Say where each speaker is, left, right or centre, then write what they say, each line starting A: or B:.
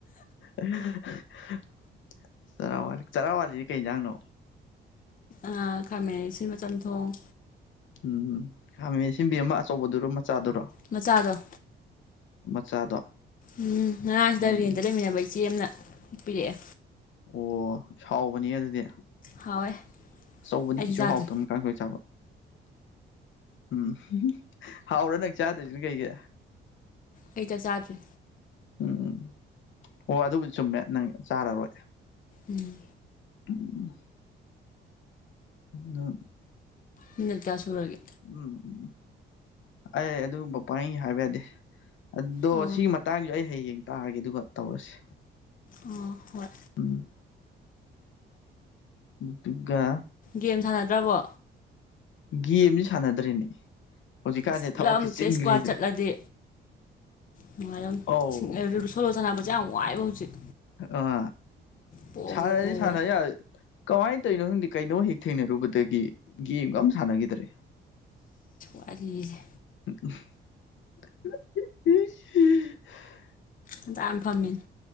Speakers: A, on the left; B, on the left.
A: <inaudible> ꯆꯔꯥꯋꯥꯜꯂꯤ ꯆꯔꯥꯋꯥꯜꯂꯤꯁꯤ ꯀꯩꯖꯥꯡꯅꯣ
B: ꯑ ꯈꯥꯃꯦꯟ ꯑꯁꯤꯟꯕ ꯆꯝꯊꯣꯡ
A: ꯎꯝ ꯎꯝ ꯈꯥꯃꯦꯟ ꯑꯁꯤꯟꯕꯤ ꯑꯃ ꯑꯆꯧꯕꯗꯨꯔꯣ ꯃꯆꯥꯗꯨꯔꯣ
B: ꯃꯆꯥꯗꯣ
A: ꯃꯆꯥꯗꯣ
B: ꯎꯝ ꯉꯔꯥꯡ ꯁꯤꯗ
A: ꯎꯝ
B: ꯔꯦꯟꯇ ꯂꯩꯃꯤꯟꯅꯕ ꯏꯆꯦ ꯑꯝꯅ ꯄꯤꯔꯛꯑꯦ꯫
A: ꯑꯣ ꯍꯥꯎꯕꯅꯤꯍꯦ ꯑꯗꯨꯗꯤ
B: ꯍꯥꯎꯋꯦ
A: ꯑꯆꯧꯕꯗꯤ
B: ꯑꯩꯗꯤ
A: ꯀꯩꯁꯨ
B: ꯆꯥꯗ꯭ꯔꯤ
A: ꯍꯥꯎꯇꯝ ꯀꯥꯡꯁ‌ꯣꯏ ꯆꯥꯕ ꯎꯝ ꯍꯥꯎꯔ ꯅꯪ ꯆꯥꯗ꯭ꯔꯤꯁꯤꯅ ꯀꯩꯒꯤ
B: ꯑꯩ ꯆꯥꯛ ꯆꯥꯗ꯭ꯔꯤ
A: ꯎꯝ ꯑꯣ ꯑꯗꯨꯕꯨꯗꯤ ꯆꯨꯝꯃꯦ ꯅꯪ ꯆꯥꯔꯔꯣꯏ
B: ꯎꯝ
A: <unintelligible> <unintelligible>
B: ꯃꯤꯅꯠ ꯀꯌꯥ ꯁꯨꯔꯒꯦ
A: ꯎꯝ ꯑꯩ ꯑꯗꯨꯒꯨꯝꯕ ꯄꯪꯍꯥꯏ ꯍꯥꯏꯕ ꯌꯥꯗꯦ꯫ ꯑꯗꯣ
B: ꯑꯣ
A: ꯁꯤꯒꯤ ꯃꯇꯥꯡꯁꯨ ꯑꯩ ꯍꯌꯦꯡ ꯇꯥꯑꯒꯦ ꯑꯗꯨꯒ ꯇꯧꯔꯁꯤ
B: ꯑꯣ ꯍꯣꯏ
A: ꯎꯝ ꯗꯨꯒꯥ
B: ꯒꯦꯝ ꯁꯥꯟꯅꯗ꯭ꯔꯕꯣ
A: ꯒꯦꯝꯗꯤ ꯁꯥꯟꯅꯗ꯭ꯔꯦꯅꯦ ꯍꯧꯖꯤꯛꯀꯥꯟꯁꯦ
B: ꯑꯁ
A: ꯊꯕꯛꯁꯦ
B: ꯄꯨꯂꯞ ꯑꯝꯇ
A: ꯆꯤꯟꯈ꯭ꯔꯦꯅꯦ
B: ꯏꯁꯀ꯭ꯋꯥꯠ ꯆꯠꯂꯗꯤ ꯅꯨꯡꯉꯥꯏꯗꯧꯅꯤ
A: ꯑꯧ
B: <unintelligible> ꯁꯣꯂꯣ ꯁꯥꯟꯅꯕꯁꯦ ꯌꯥꯝ ꯋꯥꯏꯕ ꯍꯧꯖꯤꯛ
A: ꯑꯥ
B: ꯄꯣꯕꯗ
A: ꯁꯥꯔꯗꯤ
B: ꯄꯣꯕꯗ
A: ꯁꯥꯟꯅ ꯌꯥꯏ ꯀꯃꯥꯏꯟ ꯇꯧꯏꯅꯣ ꯈꯪꯗꯦ ꯀꯩꯅꯣ ꯍꯦꯛ ꯊꯦꯡꯅꯔꯨꯕꯗꯒꯤ ꯒꯦꯝꯒ ꯑꯝ ꯁꯥꯟꯅꯈꯤꯗꯔꯦ꯫
B: ꯋꯥꯔꯤꯁꯦ
A: <unintelligible>
B: ꯉꯟꯇꯥꯅ ꯐꯝꯃꯤꯅꯤ